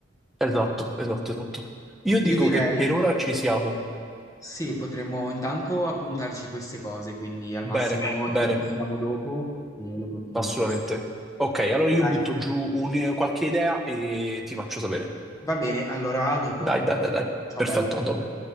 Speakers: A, in the centre; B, on the left.
A: Esatto, esatto, esatto. Io dico
B: Io direi,
A: che per ora ci siamo.
B: sì, potremmo intanto appuntarci queste cose, quindi al
A: Bene,
B: massimo
A: bene.
B: ci risentiamo dopo e lo continuiamo.
A: Assolutamente. Ok, allora io
B: Dai,
A: butto giù un- qualche idea e ti faccio sapere.
B: va bene, allora a dopo.
A: Dai, dai, dai, dai.
B: Ciao
A: Perfetto,
B: bello.
A: a dopo.